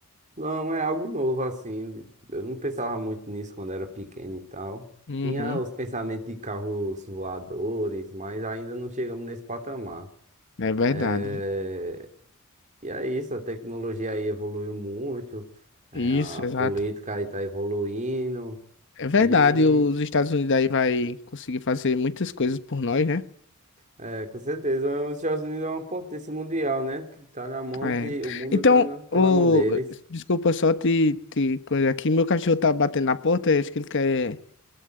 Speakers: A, on the right (about 35°); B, on the left (about 60°).
A: Não, é algo novo assim. Eu não pensava muito nisso quando era pequeno e tal.
B: Uhum,
A: Tinha os pensamentos de carros voadores, mas ainda não chegamos nesse patamar.
B: é verdade.
A: É, E é isso, a tecnologia aí evoluiu muito, é,
B: Isso,
A: a
B: exato.
A: política aí tá evoluindo,
B: É verdade,
A: e
B: os Estados Unidos aí vai conseguir fazer muitas coisas por nós, né?
A: é, com certeza os Estados Unidos é uma potência mundial, né? Que Tá na mão
B: É.
A: de, o mundo
B: Então,
A: tá na, tá
B: o...
A: na mão deles.
B: desculpa só te, te coisa aqui. Meu cachorro tá batendo na porta, acho que ele quer